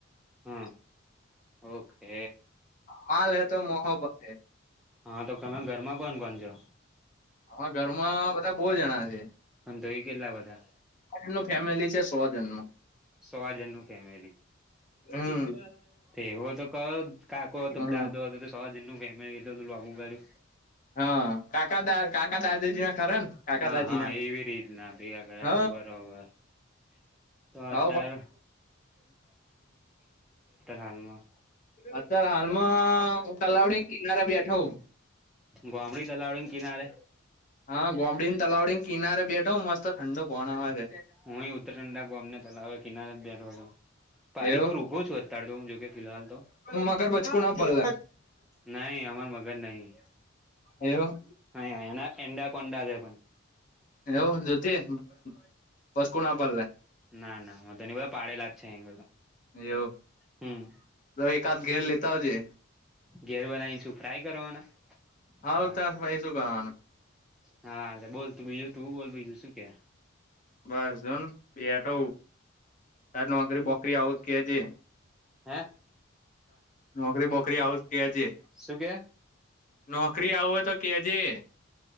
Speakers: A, in the centre; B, on the left.
A: હા ઓકે
B: હાલ હૈ તો મોહબત હૈ
A: હા, તો તમે ઘરમાં કોણ કોણ છો?
B: આમાં ઘરમાં બધા બહુ જણા છે
A: અને તોએ કેટલા બધા
B: નું ફેમિલી છે સો જન નું
A: સો જન નું ફેમિલી
B: હ્મ
A: એવો તો કયો કાકો હતો
B: હમ
A: કે દાદો હતો તો સો જનનું ફેમિલી કર્યું આટલુ બધું
B: હા કાકા દા કાકા દાદીજી ખરા ને કાકા
A: હા
B: દાદી
A: હા
B: ના
A: એવી રીતના ભેગા કર્યા
B: હા
A: તો બરોબર <unintelligible>
B: હ
A: અત્યારે હાલમાં
B: અત્યારે હાલમાં તલાવડી કિનારા બેઠવ
A: ગોમડી તલાવડી કિનારે
B: હા ગોમડી ને તલાવડી ને કિનારે બેઠો મસ્ત ઠંડો પણણ આવે છે
A: હું ઉતર ંડા ગોમને તલાવે કિનારે જ બેઠો પારિ
B: છે એવો
A: પર ઉભો છું અત્યારે તો હું જો કે ફિહાલ તો
B: મગર બચકુ ના પલ્લે
A: નહી અમાર મગર નહી
B: એવું
A: હહી એ એડા કોડા જે પણ
B: એવું જધ બસ કોુ ના પડલે
A: ના ના હ ધની બધા પાડેલા જ છે અહી
B: એવું
A: હમ
B: એકાદ ઘેર લેતા આવજે
A: ઘેર બધા ઇંચું ફ્રાય કરવાના
B: હાત
A: હા
B: ભાઈ શું કરવાનું
A: હા એટલે બોલ તું બીજું તુંું બોલ બીજું શું કે
B: બસ જોન બેઠ તાર નોકરી બોકરી આવજ કે છે
A: હા
B: નોકરી બોકરી આવું કે છે
A: શું કે
B: નોકરી આવુંય તો કેજે